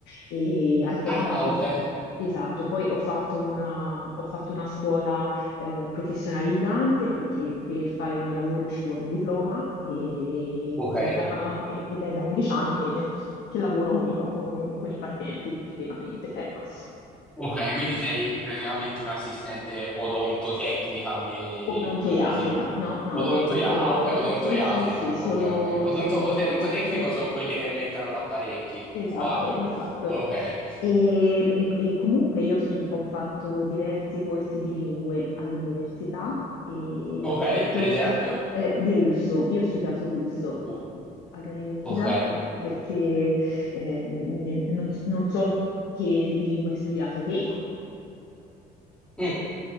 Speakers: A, on the left; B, in the centre.
A: E ai tempi,
B: Ah, ok,
A: esatto, poi ho fatto una, ho fatto una scuola eh, professionalizzante perché per fare il mio lavoro ci vuole un diploma e
B: ok,
A: e da- e- ed è da 11 anni che, che lavoro con i, pa- con- con i pazienti praticamente, ecco.
B: ok, quindi sei praticamente un'assistente odontotecnica, mi
A: Odontoiatrica,
B: ipo- iposi-
A: no, no,
B: Odontoia-
A: no, odontoiatrica,
B: ah, ok, odontoiatrica,
A: sì, sì, sì, solo,
B: ok, ok. Odonto-
A: solo odontoiatrica.
B: odontotecnico sono quelli che mettono l'apparecchi,
A: Esatto,
B: sbaglio?
A: esatto.
B: Ok,
A: E, e- e comunque io stud- ho fatto diversi corsi di lingue all'università e
B: ok,
A: ho fatto
B: per esempio?
A: eh, di russo. Io ho studiato russo
B: Uh,
A: all'università
B: ok,
A: pe- perché eh, n- non, non so che lingua hai studiato. Sì,
B: Mm.